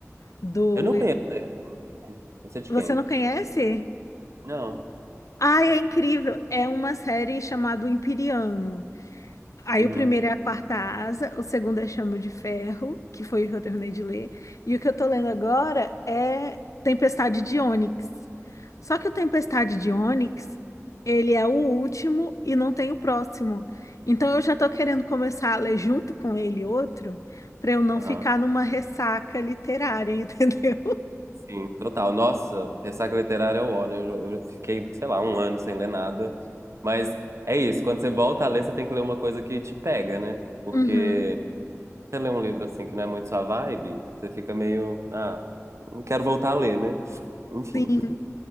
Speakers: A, on the left; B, on the right.
A: do...
B: Eu não conheço esse. Esse é de
A: Você
B: quem?
A: não conhece?
B: Não.
A: Ai, é incrível! É uma série chamada O Imperiano. Aí
B: Uhum.
A: o primeiro é A Quarta Asa, o segundo é Chama de Ferro, que foi o que eu terminei de ler. E o que eu tô lendo agora é Tempestade de Ônix. Só que o Tempestade de Ônix, ele é o último e não tem o próximo. Então eu já tô querendo começar a ler junto com ele outro, pra eu não
B: Aham.
A: ficar numa ressaca literária, <laughs> entendeu?
B: Sim, total. Nossa, ressaca literária é o ó, né? Eu, eu fiquei, sei lá, um ano sem ler nada. Mas é isso, quando você volta a ler, você tem que ler uma coisa que te pega, né? Porque
A: Uhum.
B: você lê um livro assim que não é muito sua vibe, você fica meio, ah, não quero voltar a ler, né? Enfim.
A: Sim,